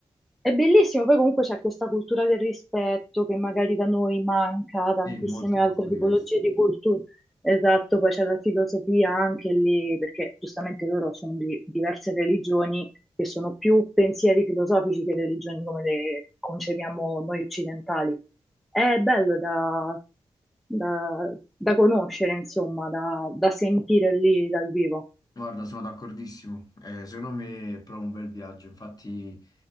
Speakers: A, in the centre; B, on the left (about 40°).
A: È bellissimo, poi comunque c'è questa cultura del rispetto che magari da noi manca, tantissime
B: Sì, molto molto
A: altre
B: diverso.
A: tipologie di cultura. Esatto, poi c'è la filosofia anche lì, perché giustamente loro sono di diverse religioni che sono più pensieri filosofici che religioni come le concepiamo noi occidentali. È bello da, da- da conoscere, insomma, da, da sentire lì dal vivo.
B: Guarda, sono d'accordissimo. Eh, secondo me è proprio un bel viaggio, infatti